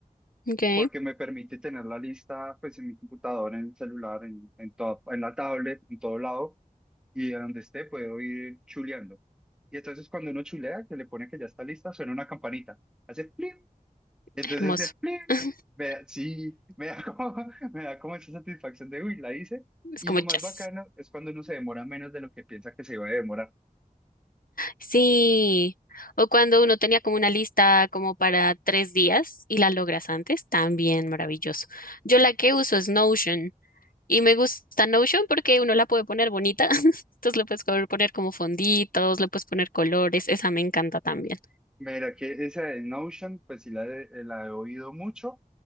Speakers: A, on the left; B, in the centre.
A: Ok.
B: porque me permite tener la lista pues en mi computador, en el celular, en, en, toda- en la tablet, en todo lado, y de donde esté puedo ir chuleando. Y entonces cuando uno chulea, que le pone que ya está lista, suena una campanita, hace plim, entonces
A: Hermoso.
B: ese plim,
A: <laughs>
B: me da- sí, me da como, <laughs> me da como esa satisfacción de, uy, la hice.
A: Es
B: Y
A: como
B: lo
A: jazz.
B: más bacano es cuando uno se demora menos de lo que piensa que se iba a demorar.
A: Sí. O cuando uno tenía como una lista como para tres días y la logras antes, también maravilloso. Yo la que uso es Notion y me gusta Notion porque uno la puede poner bonita. <laughs> Entonces le puedes co- poner como fonditos, le puedes poner colores. Esa me encanta también.
B: Mira, que esa de Notion, pues sí la he, eh, la he oído mucho